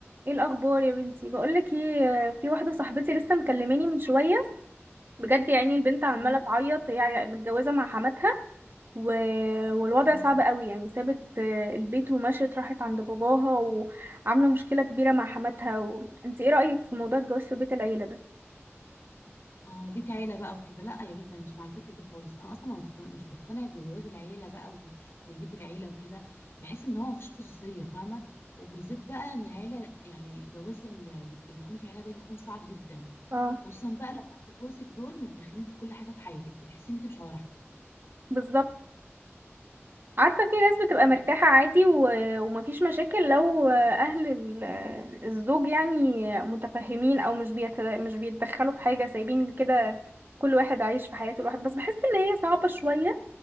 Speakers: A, on the right; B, on the left.
A: ايه الاخبار يا بنتي بقولك ايه في واحده صاحبتي لسه مكلماني من شويه بجد يعني البنت عماله
B: مم.
A: تعيط هي متجوزه مع حماتها و... والوضع
B: مم.
A: صعب قوي يعني سابت آه، البيت ومشيت راحت عند باباها وعامله مشكله كبيره مع حماتها و... انت ايه رايك في موضوع الجواز في بيت العيله ده
B: اه بيت عيله بقى وكده لا يا بنت انا مش مع الفكره دي خالص انا اصلا ما مقتن- مش بقتنع بجواز العيله بقى و- والبيت العيله وكده بحس ان هو مفيش خصوصيه فاهمه وبالذات بقى ان العيله يعني جواز ال- اللي بيكون في عيله ده بيكون صعب جدا
A: اه
B: خصوصا بقى لو اهل جوزك دول متدخلين في كل حاجه في حياتك بتحس ان انت مش على راحتك
A: بالظبط عارفة في ناس بتبقى
B: مم.
A: مرتاحة عادي و- ومفيش مشاكل لو أهل ال- الزوج يعني متفهمين أو مش بيت... مش بيتدخلوا في حاجة سايبين كده كل واحد عايش في حياته لوحده بس بحس إن هي صعبة شوية